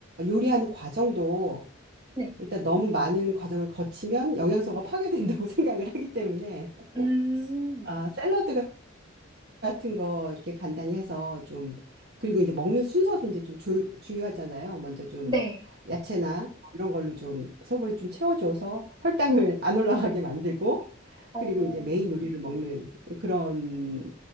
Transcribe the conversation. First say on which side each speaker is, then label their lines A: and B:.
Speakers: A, on the right (about 50°); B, on the right (about 20°).
A: 요리하는 과정도
B: 네.
A: 일단 너무 많은 과정을 거치면 영양소가 파괴된다고 <laughs> 생각을 하기 때문에
B: 음,
A: 아, 샐러드 같은 거 이렇게 간단히 해서 좀 그리고 이제 먹는 순서도 이제 좀 조, 중요하잖아요. 먼저 좀
B: 네.
A: 야채나 뭐 이런 걸로 좀 속을 좀 채워줘서 혈당을 <laughs> 안 올라가게 만들고
B: 어,
A: 그리고 이제 메인 요리를 먹는 그런